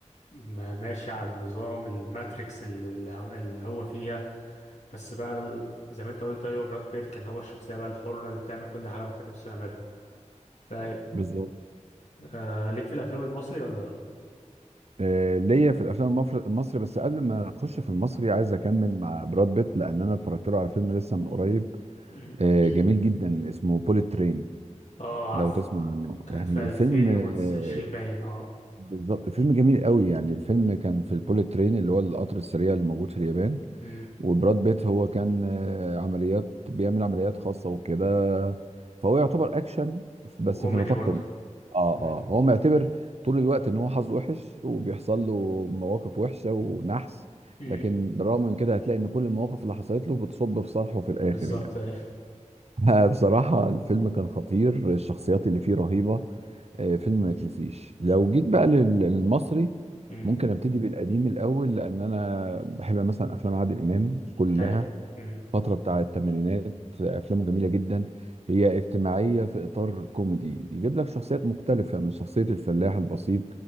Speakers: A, on the left; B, on the right.
A: ما- ماشي على النظام الماتريكس اللي, اللي عم- اللي هو فيها بس بقى ال- زي ما انت قلت ايوه براد بيت كان هو الشخصية بقى الحرة اللي بتعمل كل حاجة وكان نفسه يعملها فايوه
B: بالظبط
A: آه ليك في الافلام المصري ولا لا
B: آه، ليا في الافلام المفر- المصري بس قبل ما اخش في المصري عايز اكمل مع براد بيت لان انا اتفرجت له على فيلم لسه من قريب
A: مم.
B: آه،
A: <clears throat>
B: جميل جدا اسمه بوليت ترين
A: اه
B: لو
A: عارفه
B: تسمع عنه
A: كان
B: يعني
A: في 2020
B: الفيلم آه،
A: باين اه
B: بالظبط فيلم جميل قوي يعني الفيلم كان في البوليت ترين اللي هو القطر السريع اللي موجود في اليابان
A: مم.
B: وبراد بيت هو كان آه، عمليات بيعمل عمليات خاصة وكده فهو يعتبر اكشن بس
A: وكوميدي
B: في نطاق
A: برضه
B: كوميدي اه
A: مم.
B: اه هو معتبر طول الوقت ان هو حظه وحش وبيحصل له مواقف وحشة ونحس
A: مم.
B: لكن بالرغم من كده هتلاقي ان كل المواقف اللي حصلت له بتصب في صالحه في الاخر
A: بالظبط
B: يعني
A: أيوه.
B: <laughs> آه، بصراحة الفيلم كان خطير الشخصيات اللي فيه رهيبة آه، فيلم ما يتنسيش لو جيت بقى لل- للمصري
A: امم
B: ممكن ابتدي بالقديم الأول لأن أنا بحب مثلا أفلام عادل إمام كلها
A: ايوه امم
B: فترة بتاع الثمانينات آه، أفلامه جميلة جدا هي اجتماعية في إطار كوميدي يجيب لك شخصيات مختلفة من شخصية الفلاح البسيط